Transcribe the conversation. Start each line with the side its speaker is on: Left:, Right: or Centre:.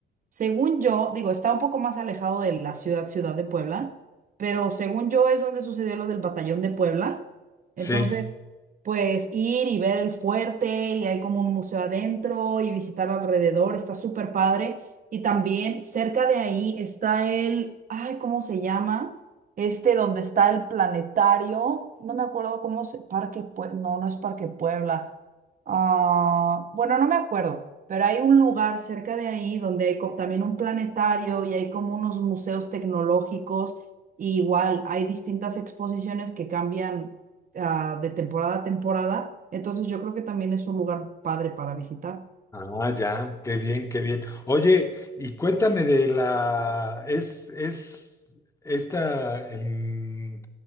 Right: Según yo, digo, está un poco más alejado de la ciudad, ciudad de Puebla, pero según yo es donde sucedió lo del Batallón de Puebla. Entonces,
Left: Sí.
Right: pues ir y ver el fuerte y hay como un museo adentro y visitar alrededor, está súper padre. Y también cerca de ahí está el, ay, ¿cómo se llama? Este donde está el planetario, no me acuerdo cómo se, Parque, Pue- no, no es Parque Puebla. Ah, bueno, no me acuerdo, pero hay un lugar cerca de ahí donde hay co- también un planetario y hay como unos museos tecnológicos. Y igual hay distintas exposiciones que cambian ah, de temporada a temporada. Entonces yo creo que también es un lugar padre para visitar.
Left: Ah, ya, qué bien, qué bien. Oye, y cuéntame de la, es, es esta, en,